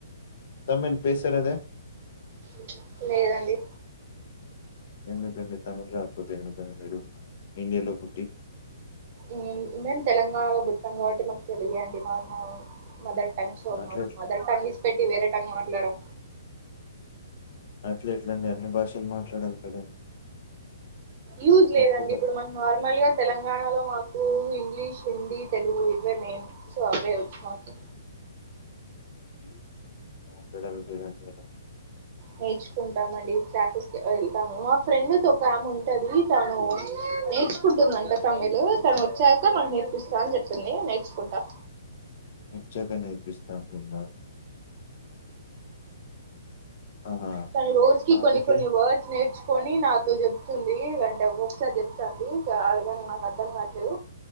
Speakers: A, on the left; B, on the right.
A: తమిళ్ పెసరదే
B: ప్చ్ లేదండి
A: ఎందుకండి తమిళ్ రాకపోతే ఎందుకండీ మీరు ఇండియలో పుట్టి
B: మేం మేం తెలంగాణలో పుట్టాం కాబట్టి మాకు తెలుగే అండి మనా మదర్ టంగ్ అండ్ సో
A: అట్లే
B: మదర్ టంగ్ ఇడిచిపెట్టి వేరే టంగ్ మాట్లాడం
A: అట్లెట్ల అండి అన్ని భాషలు మాట్లాడాలి కదా
B: యూజ్ లేదండి
A: తప్పు
B: ఇప్పుడు మాకూ నార్మల్ గా తెలంగాణలో మాకు ఇంగ్లీష్ హిందీ తెలుగు ఇవే మెయిన్ సో అవే వచ్చు మాకు
A: <unintelligible> రాపియడానికే అండీ ఎల
B: నేర్చుకుంటామండి క్లాసెస్ కి వెళ్తాము మా ఫ్రెండ్ ఒకముంటది తను నేర్చుకుంటుందంట తమిలు తను వచ్చాక నాకు నేర్పిస్తా అని చెప్పింది నేర్చుకుంటా
A: ఒచ్చాకా నేర్పిస్తా అంటుందా ఆహా!
B: తను రోజుకి
A: ఆమెకే
B: కొన్ని కొన్ని వార్డ్స్ నేర్చు కొని నాతో చెప్తుంది అంటే ఒక్కోకసారి చెప్తాంది ఇంకా అర్ధం నాకు అర్ధం కాట్లేదు